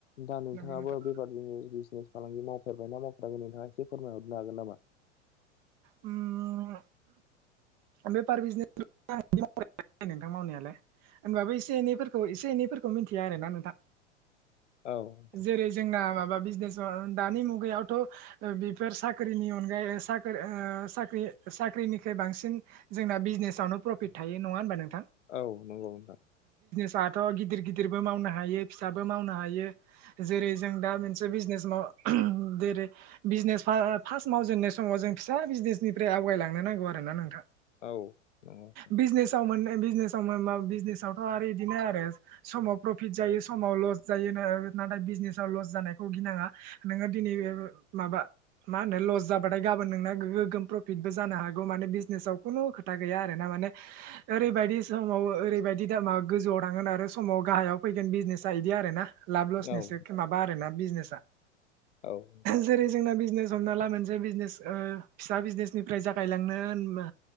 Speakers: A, on the left (about 75°); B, on the right (about 25°).
A: दा नोंथाङाबो
B: नंगौ नोंथां
A: बेफारनि। बिजने फालांगि मावफेरबायना मावफेराखोन नोंथाङा एसे फोरमायहरनो हागोन नामा?
B: उम बेफार बिजनेस <inaudible> नोंथां मावनायालाय होनबाबो एसे एनैफोरखौ एसे एनैफोरखौ मिन्थियो आरोना नोंथां।
A: औ नोंथां।
B: जेरै जोंना माबा बिजनेस दानि मुगायावथ' बेफोर साख्रिनि अनगायै ओ साख्रि ओ साख्रि साख्रिनिख्रुइ बांसिन जोंना बिजनेसावनो प्रफिट थायो नङा होनबा नों
A: औ नंगौ नोंथां
B: दाथ' गिदिर गिदिरबो मावनो हायो फिसाबो मावनो हायो जेरै जों दा मोनसे बिजनेस माव जेरै बिजनेस फार्स्ट मावजेननाय समाव जों फिसा बिजनेसनिफ्राय दे आवगायलांनो नांगौ आरो ना नोंथां
A: औ नंगौ नोंथां
B: बिजनेसाव मोन बिजनेसाव मा बिजनेसावथ' आरो इदिनो आरो समाव प्रफिट जायो समाव लस जायो नाथाय बिजनेसाव लस जानायखौ गिनाङा नोङो दिनै ओ माबा मा होनो लस जाबाथाय गाबोन नोंना ओग गोगोम प्रफिटबो जानो हागौ माने बिजनेसाव खुनु खोथा गैया आरोना माने ओरैबायदि समाव ओरैबायदि दामा गोजौवाव थांगोन आरो समाव गाहायाव फैगोन बिजनेसा इदि आरो ना लाब लसनिसो
A: औ
B: माबा आरोना बिजनेसा
A: औ
B: जेरै जोंना बिजनेस हमना ला मोनसे बिजनेस ओ फिसा बिजनेस निफ्राय जागायलांनो